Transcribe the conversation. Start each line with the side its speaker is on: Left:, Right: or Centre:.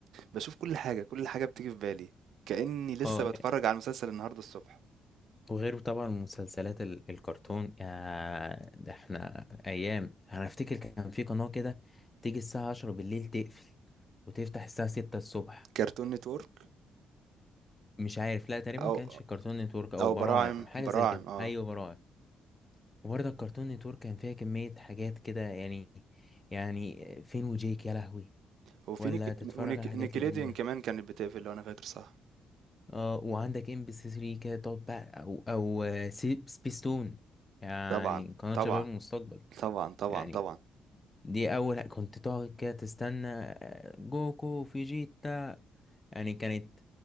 Right: بشوف كل حاجة كل حاجة بتيجي في بالي كأني لسه
Left: اه
Right: بتفرج على المسلسل النهارده الصبح
Left: وغيره طبعا مسلسلات ال- الكرتون يا ده احنا ايام انا افتكر كان في قناة كده تيجي الساعة عشرة بالليل تقفل وتفتح الساعة ستة الصبح
Right: كرتون نتورك
Left: مش عارف لا تقريبا
Right: أو
Left: ما كانش الكرتون نتورك او
Right: أو
Left: براعم
Right: براعم
Left: حاجة
Right: براعم
Left: زي كده
Right: اه
Left: ايوه براعم وبرضه الكرتون نتورك كان فيها كمية حاجات كده يعني يعني فين وجيك يا لهوي
Right: وفي
Left: ولا
Right: نيك
Left: تتفرج
Right: ونيك
Left: على الحاجات
Right: نيكليديان
Left: القديمة
Right: كمان كانت بتقفل لو أنا فاكر صح
Left: اه وعندك ام بي سي 3 كده تقعد بقى او او سبيستون يعني
Right: طبعا
Left: قناة
Right: طبعا
Left: شباب المستقبل
Right: طبعا طبعا
Left: يعني
Right: طبعا
Left: دي اول كنت تقعد كده تستنى آه، جوكو فيجيتا يعني كانت